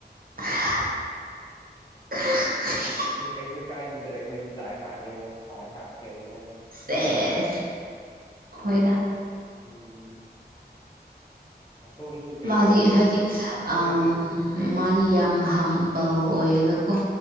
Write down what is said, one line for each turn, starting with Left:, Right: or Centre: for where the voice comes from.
Right: <unintelligible>
Left: ꯑꯗꯨ ꯀꯩꯁꯨ ꯀꯥꯏꯗꯗ ꯑꯩꯈꯣꯏꯗꯤ ꯗꯥꯏ ꯍꯥꯔꯠꯅꯦꯅ ꯗꯥꯏ ꯍꯥꯔꯠ ꯄꯦꯟꯁ
Right: ꯁꯦꯁ ꯍꯣꯏꯗ
Left: ꯎꯝ ꯑꯁꯣꯝꯁꯨ ꯀꯩꯅꯣ
Right: ꯃꯥꯗꯤ
Left: ꯀꯦꯞ
Right: ꯍꯥꯏꯗꯤ
Left: ꯑꯁꯣꯝꯗꯤ
Right: ꯑ
Left: ꯀꯔꯤ
Right: ꯃꯥꯗꯤ ꯌꯥꯝ ꯍꯝꯕꯜ ꯑꯣꯏꯌꯦꯅꯀꯣ